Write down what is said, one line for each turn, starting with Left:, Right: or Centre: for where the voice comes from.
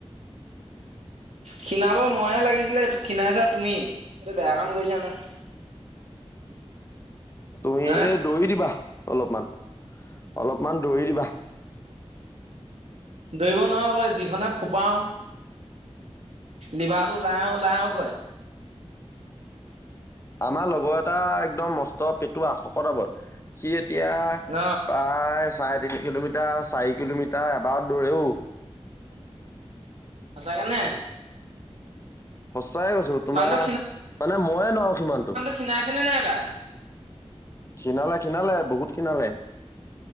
Right: খীণাব মইহে লাগিছিলে, খীণাইছা তুমি, এইটো বেয়া কাম কৰিছা নহয়।
Left: তুমি
Right: হা
Left: এই দৌৰি দিবা অলপমান, অলপমান দৌৰি দিবা।
Right: দৌৰিব নোৱাৰো আকৌ যিখনহে ফোপাও। লিভাৰটো ওলাই আহো, ওলাই আহো কৰে।
Left: আমাৰ লগৰ এটা একদম মস্ত পেটুৱা, শকত আবত। সি এতিয়া
Right: ন।
Left: প্ৰায় চাৰে তিনি কিলোমিটাৰ, চাৰি কিলোমিটাৰ এবাৰত দৌৰে অ।
Right: সঁচাকেনে!
Left: সঁচাকে কৈছো, তোমাৰ,
Right: মানুহটো
Left: মানে মইয়ে নোৱাৰো সিমানটো।
Right: ক্ষীনাইছেনে নাই বা!
Left: ক্ষীণালে, ক্ষীণালে, বহুত ক্ষীণালে।